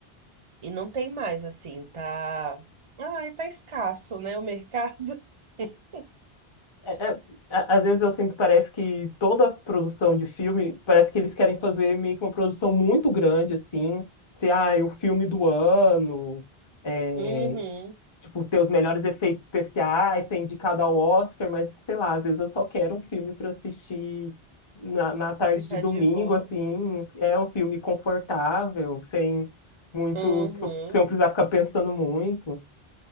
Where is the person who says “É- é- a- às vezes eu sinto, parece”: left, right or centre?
Left